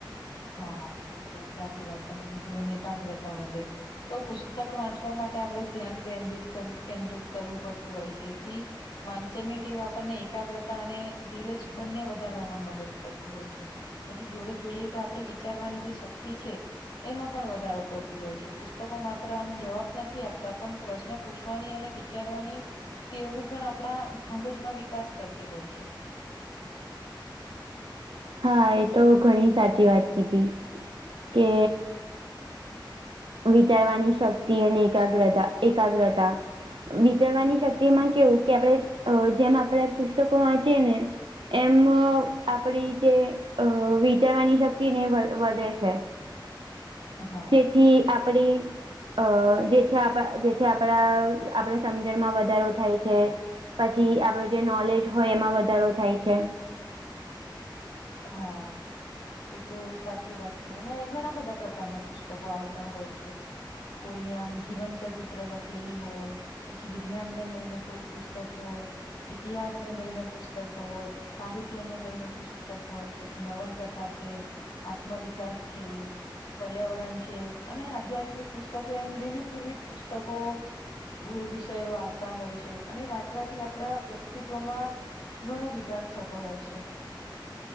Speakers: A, on the left (about 85°); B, on the right (about 80°).
A: હા એ તો સાચી વાત. તમે કીધું એમ એકાગ્રતા વધે. તો પુસ્તક વાંચવા માટે આપણે ધ્યાન કેન્દ્રિત કર કેન્દ્રિત કરવું પડતું હોય છે, એથી વાંચન ની ટેવ આપણને એકાગ્રતા અને ધીરજ બંને વધારવામાં મદદ કરતી હોય છે. પછી જોડે જોઈએ તો આપણે વિચારવાની જે શક્તિ છે એમાં પણ વધારો કરતી હોય છે. પુસ્તકો માત્ર આમ જવાબ નથી આપતા, પણ પ્રશ્ન પૂછવાની અને વિ ચારવાની તેઓનું પણ આપણા મગજમાં વિકાસ કરતી હોય છે.
B: હા એ તો ઘણી સાચી વાત કીધી. કે વિચારવાની શક્તિ અને એકાગ્રતા-એકાગ્રતા વિચારવાની શક્તિ માં કેવું કે આપણે અહ જેમ આપણે પુસ્તકો વાંચીએ ને એમ આપડી જે અહ વિચારવાની શક્તિ ને એ વધે છે.
A: હા.
B: થી આપડી અહ જેથી આપ જેથી આપણા આપણે સમજણમાં વધારો થાય છે. પછી આપડો જે નોલેજ હોય એમાં વધારો થાય છે.
A: હા. એ તો સાચી વાત છે. અને ઘણા બધા પ્રકારના પુસ્તકો આવતા હોય છે. કોઈને આમ જીવન ચરિત્ર લખેલી હોય પછી વિજ્ઞાન ને લઈને કોઈ પુસ્તક હોય ઇતિહાસ ને લઈને પુસ્તકો હોય, સાહિત્યને લઈને પુસ તક હોય પછી, નવલકથા છે, આત્મવિકાસ છે પર્યાવરણ છે, અને આધ્યાત્મિક પુસ્તકો એમ વિવિધ-વિવિધ પુસ્તકો વ વિષયો આવતા હોય છે. અને વાંચવાથી આપણા વ્યક્તિત્વમાં ઘણો વિકાસ થતો હોય છે.